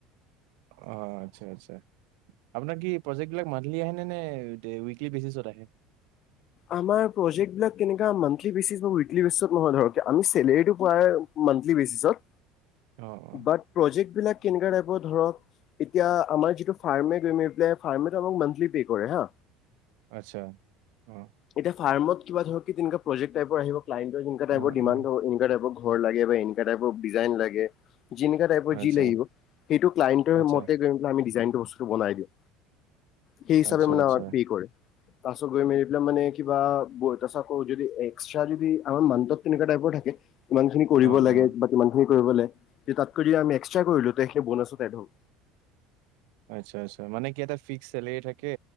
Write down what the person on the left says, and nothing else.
আমাৰ প্ৰজেকবিলাক তেনাকা মান্থলি বেচিকত বা উইকলি বেচিক নহয় ধৰক মানে কি ধৰক আমি চেলেৰিটো পোৱা মান্থলি বেছিছত,
বাট প্ৰজেকবিলাক কেনেকুৱা টাইপৰ ধৰক এতিয়া আমাৰ যিটো ফাৰ্মে এগ্ৰিমেণ্ট যে ফাৰ্মে আমাক যে মন্থলী পে কৰে হা।
এতিয়া ফাৰ্মত কিবা ধৰ কি তেনেকুৱা প্ৰজেক্ট টাইপ আহিব। ক্লাইণ্টৰ যেনোকা টাইপৰ
ডিমাণ্ড
এনেকোৱা টাইপৰ ঘৰ লাগে বা এনেকুৱা টাইপৰ ডিজাইন লাগে। যেনোকা টাইপৰ
যি লাগিব সেইটো ক্লাইণ্টৰ
মতে গৈ পিলাই আমি ডিজাইন সেই বস্তুটো বনাই দিয়ে, সেই হিচাবে
মানে
আমাক পে কৰে তাৰপিছত গৈ মেলি পিলাই মানে কিবা ব তচ ক যদি এক্সট্ৰা যদি আমাৰ মান্থত তেনেকুৱা টাইপৰ থাকে কিমান খিনি কৰিব
লাগে
বা কিমান খিনি কৰিবলে, তাতকৈ আমি এক্সট্ৰা কৰিলো ত সেইখিনি বুনাচত এড হল।